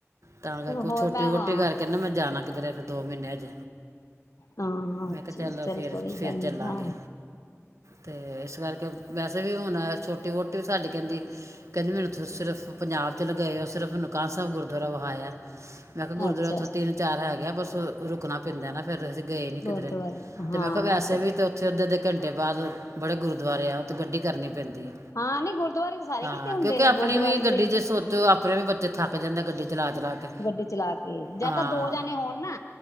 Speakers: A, on the right (about 70°); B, on the left (about 85°).
A: ਤਾਂ ਕਰਕੇ
B: ਹੋਰ
A: ਛੋਟੀ
B: ਮੈਂ
A: ਮੋਟੀ
B: ਹਾਂ
A: ਕਰਕੇ ਨਾ ਮੈਂ ਜਾਣਾ ਕਿਧਰਾਦੀ ਦੋ ਮਹੀਨੇ ਅਜ
B: ਹਾਂ
A: ਮੈਂ
B: ਅੱਛਾ
A: ਕਿਹਾ ਚੱਲ ਫੇਰ
B: ਕੋਈ
A: ਫਿਰ
B: ਗੱਲ ਨੀ
A: ਚੱਲਾਂਗੇ
B: ਹਾਂ
A: ਤੇ ਇਸ ਕਰਕੇ ਵੈਸੇ ਵੀ ਹੁਣ ਛੋਟੀ ਮੋਟੀ ਵੀ ਸਾਡੀ ਕਹਿੰਦੀ ਕਹਿੰਦੀ ਮੈਨੂੰ ਤੁਸੀਂ ਸਿਰਫ਼ ਪੰਜਾਬ ਚ ਲ ਗਏ ਹੋ ਸਿਰਫ ਨੁਕਾਨ ਸਾਹਿਬ ਗੁਰਦੁਆਰਾ ਵਿਹਾਇਆ ਮੈਂ ਕਿਹਾ ਗੁਰਦੁਆਰਾ
B: ਅੱਛਾ
A: ਉੱਥੋਂ ਤਿੰਨ ਚਾਰ ਹੈ ਗਿਆ ਬਸ ਰੁਕਣਾ ਪੈਂਦਾ ਨਾ ਫੇਰ ਅਸੀਂ ਗਏ ਨੀ
B: ਗੁਰਦੁਆਰੇ
A: ਕਿਧਰੇ
B: ਹਾਂ
A: ਤੇ ਮੈਂ ਕਿਹਾ ਵੈਸੇ
B: ਉਹ
A: ਵੀ ਤੇ ਉੱਥੇ ਓਧਰ ਦੇ ਇੱਕ ਘੰਟੇ ਬਾਅਦ ਬੜੇ ਗੁਰਦੁਆਰੇ ਆੱਥੇ ਗੱਡੀ ਕਰਨੀ ਪੈਂਦੀ ਹੈ
B: ਹਾਂ ਨ ਗੁਰਦੁਆਰੇ ਸਾਰੇ
A: ਹਾਂ
B: ਕਿਥਤੇ ਹੁੰਦੇ
A: ਕਿਉਂਕਿ
B: ਨੇ
A: ਆਪਣੀ
B: ਗੁਰਦੁਆਰੇ
A: ਵੀ ਗੱਡੀ
B: ਤੇ
A: ਜੇ ਸੋਚੋ ਆਪਣੇ ਵੀ ਬੱਚੇ ਥੱਕ ਜਾਂਦਾ ਗੱਡੀ ਚਲਾ ਚਲਾ ਕੇ
B: ਗੱਡੀ ਚਲਾ ਕੇ ਜਾਂ
A: ਹਾਂ
B: ਤਾਂ ਦੋ ਜਾਣੇ ਹੋਣ ਨਾ